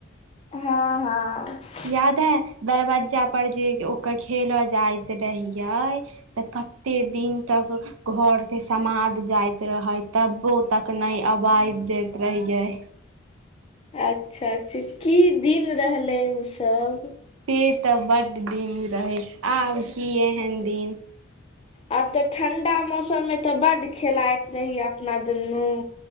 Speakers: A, on the left; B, on the right.
A: हँ -हँ
B: यादअइ दरवज्जा पर जे ओकर खेलऽ जाइत रहियै। तऽ कतै दिन तक घर से समाद जाइत रहै तब। पो तक नई आबायज जैत रहियै।
A: अच्छा - अच्छा की दिन रहलै ऊ सब।
B: टै तऽ बड दिन रहे आब की एहन दिन।
A: आब तऽ, ठंडा मौसम मे तऽ बड खेलाइत रहहिय अपना दुनू।